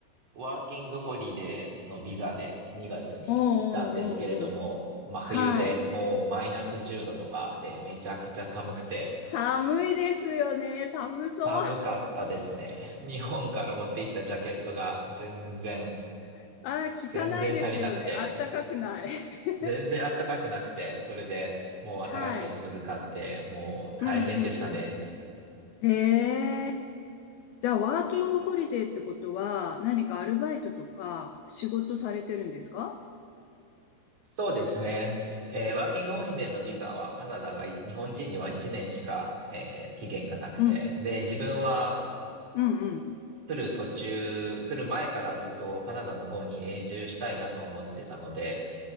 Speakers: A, on the right; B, on the left.
A: ワーキングホリデーのビザで2月に来たんですけれども、
B: うんうんうんうん。
A: 真冬でもうマイナス10度とかでめちゃくちゃ寒くて、
B: はい。寒いですよね。寒そう。
A: 寒かったですね。日本から持って行ったジャケットが全然
B: <laughs> ああ、聞かないですよね。
A: 全然足りなくて、
B: あったかくない。<laughs>
A: 全然暖かくなくて、それでもう新しいのすぐ買って、
B: はい。
A: もう大変でしたね。
B: うんうんうん。ええじゃあ、ワーキングホリデーってことは、何かアルバイトとか仕事されてるんですか
A: そうですね。えーワーキングホリデーのビザはカナダがい日本人には1年しか、えー期限がなくて、
B: うん。
A: で、自分は
B: うんうん。
A: 来る途中、来る前からずっとカナダの方に永住したいなと思ってたので、